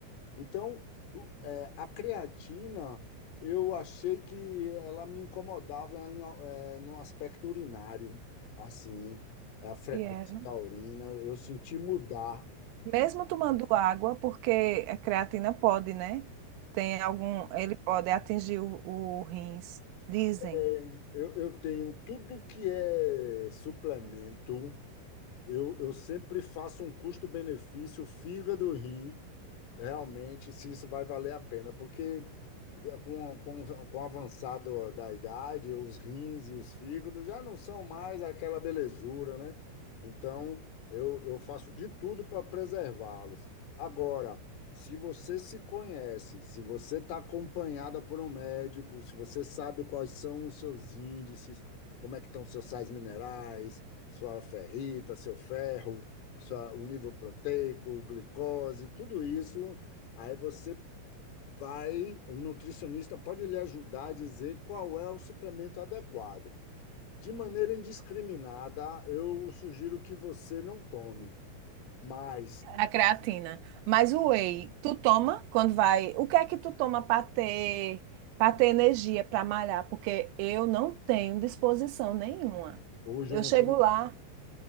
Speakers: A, on the left; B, on the right.
A: Então, o- é, a creatina, eu achei que ela me incomodava em, é, num aspecto urinário, assim, a frequência
B: E era.
A: da urina, eu senti mudar.
B: Mesmo tomando água, porque a creatina pode, né? Tem algum, ele pode atingir o, o rins, dizem.
A: É, Eu, eu tenho tudo que é suplemento, eu, eu sempre faço um custo-benefício, fígado, rim, Realmente, se isso vai valer a pena, porque eh, com, com, com o avançado da idade, os rins e os fígados já não são mais aquela belezura, né? Então, eu, eu faço de tudo para preservá-los. Agora, se você se conhece, se você está acompanhada por um médico, se você sabe quais são os seus índices, como é que estão seus sais minerais, sua ferrita, seu ferro, sua- o nível proteico, glicose, tudo isso. Aí você vai, o nutricionista pode lhe ajudar a dizer qual é o suplemento adequado. De maneira indiscriminada, eu sugiro que você não tome, mas
B: A creatina. Mas o whey, tu toma quando vai. O que é que tu toma para ter, para ter energia para malhar? Porque eu não tenho disposição nenhuma.
A: hoje
B: Eu
A: eu não
B: chego
A: tomo.
B: lá.